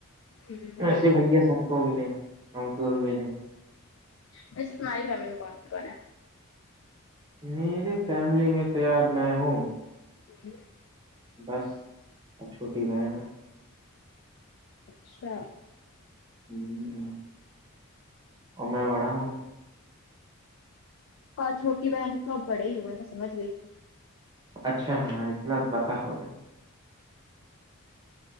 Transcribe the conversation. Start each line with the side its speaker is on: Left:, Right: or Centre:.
Left: نہیں
Right: ایسے
Left: بھائی
Right: بھیا سب کو ملے ہم کو بھی ملے
Left: ویسے تمہاری فمیلی میں کون کون ہے
Right: میری فیملی میں تو یار میں ہوں
Left: وں ہوں
Right: بس اب چھوٹی بہن ہے
Left: اچھا
Right: ہوں اور میں بڑا ہوں
Left: اور چھوٹی بہن تو اب بڑے ہی ہوئے ہیں میں سمجھ گئی تھی
Right: اچھا ہاں اتنا تو پتہ ہو گیا